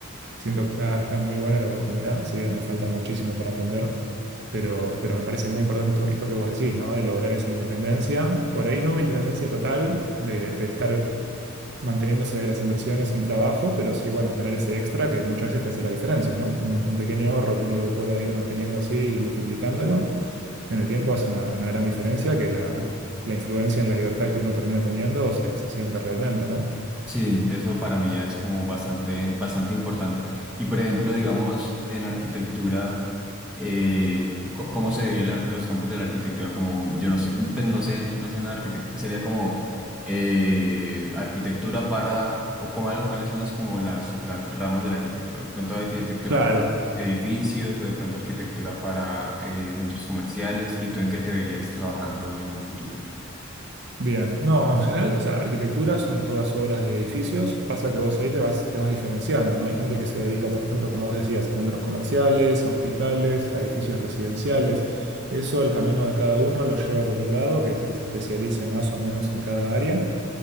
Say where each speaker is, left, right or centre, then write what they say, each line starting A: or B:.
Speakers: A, on the right; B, in the centre.
A: Siento que está, está muy buena la oportunidad, si bien me falta muchísimo para aprender, pero, pero me parece muy importante esto, esto que vos decís, ¿no? De lograr esa independencia. Por ahí no una independencia total de, de estar manteniéndose de las inversiones sin trabajo, pero sí, bueno, tener ese extra que muchas veces te hace la diferencia, ¿no? Un, un pequeño ahorro que uno lo pueda ir manteniendo así y multiplicándolo en el tiempo hace una, una gran diferencia que la, la influencia en la libertad que uno termina teniendo se, se siente realmente, ¿no?
B: Sí, eso para mí es como bastante, bastante importante. Y por ejemplo, digamos, en arquitectura, eh, co- ¿cómo se dividen la- los campos de la arquitectura? Como, yo no sé, pues no sé, no sé en arquitectura, sería como eh, arquitectura para, o cómo- cuáles son las como las, las ramas de la arquitectura. De pronto arquitectura
A: Claro.
B: para edificios, o de pronto arquitectura para eh, centros comerciales, ¿y tú en qué te verías trabajando en un futuro?
A: Bien, no, en general, o sea, arquitectura son todas obras de edificios. Pasa que vos ahí te vas, te vas diferenciando, ¿no? Hay gente que se dedica, por ejemplo, como vos decías, a centros comerciales, a hospitales, a edificios residenciales. Eso, el camino de cada uno lo lleva por un lado, que es el que se especialice más o menos en cada área.